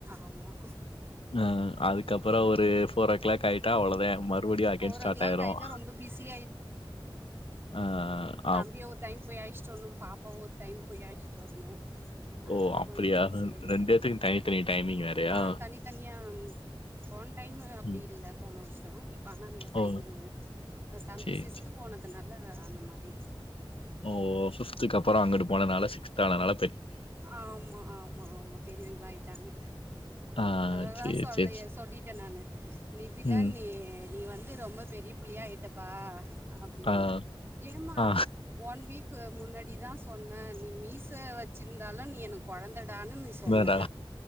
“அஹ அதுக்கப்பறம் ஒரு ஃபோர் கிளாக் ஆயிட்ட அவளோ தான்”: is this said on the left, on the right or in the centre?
Left